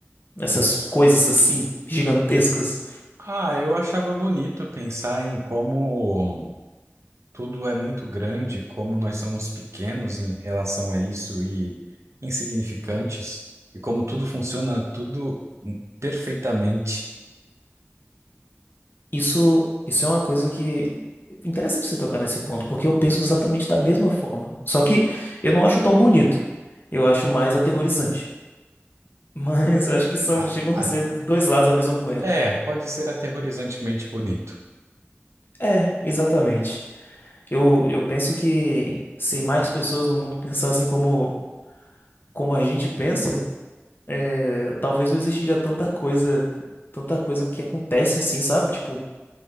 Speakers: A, on the left; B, on the right.
A: essas coisas assim gigantescas?
B: Ah, eu achava bonito pensar em como tudo é muito grande, como nós somos pequenos em relação a isso e insignificantes, e como tudo funciona tudo perfeitamente.
A: Isso, isso é uma coisa que. Interessante você tocar nesse ponto, porque eu penso exatamente da mesma forma. Só que eu não acho tão bonito. Eu acho mais aterrorizante. Mas <laughs> acho que são,
B: A-
A: chegam a
B: a-
A: ser dois lados da mesma moeda.
B: É, pode ser aterrorizantemente bonito.
A: É, exatamente. Eu, eu penso que se mais pessoas no mundo pensassem como, como a gente pensa, é, talvez não existiria tanta coisa, tanta coisa que acontece assim, sabe? Tipo,